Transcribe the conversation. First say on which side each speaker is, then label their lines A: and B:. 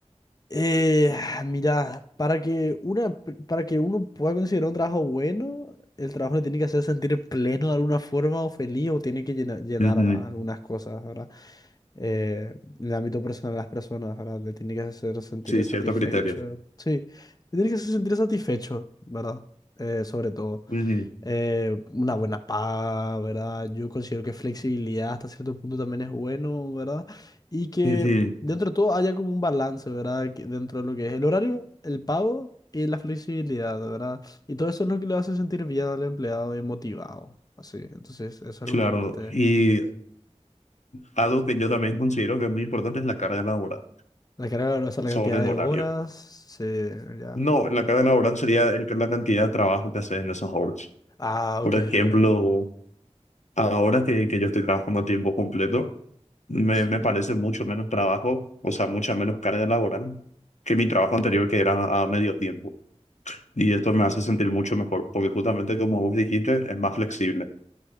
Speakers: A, on the left; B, on the left.
A: Eh, <sighs> mira, para que una, para que uno pueda considerar un trabajo bueno, el trabajo le tiene que hacer sentir pleno de alguna forma o feliz o tiene que llena- llenar,
B: Ujú,
A: ¿verdad? algunas cosas, ¿verdad? Eh, en el ámbito personal de las personas, ¿verdad? Le tiene que hacer sentir
B: Sí,
A: satisfecho.
B: ciertos criterios.
A: Sí, le tiene que hacer sentir satisfecho, ¿verdad? Eh, sobre todo.
B: Ujú,
A: eh, una buena paga, ¿verdad? Yo considero que flexibilidad hasta cierto punto también es bueno, ¿verdad? Y que
B: Sí, sí.
A: dentro de todo haya como un balance, ¿verdad? Que dentro de lo que es el horario, el pago y la flexibilidad, ¿verdad? Y todo eso es lo que le hace sentir bien al empleado y motivado. Así, entonces eso es
B: Claro,
A: lo que normalmente...
B: y algo que yo también considero que es muy importante es la carga laboral
A: La carga, o sea, la
B: sobre
A: cantidad
B: el
A: de
B: horario.
A: horas, se... ya.
B: No, la carga laboral sería el- la cantidad de trabajo que haces en esas horas.
A: Ah,
B: Por
A: ok,
B: ejemplo,
A: ok.
B: ahora que, que yo estoy trabajando a tiempo completo, me,
A: Sí.
B: me parece mucho menos trabajo, o sea, mucha menos carga laboral que mi trabajo anterior que era a medio tiempo. Y esto me hace sentir mucho mejor, porque justamente como vos dijiste, es más flexible.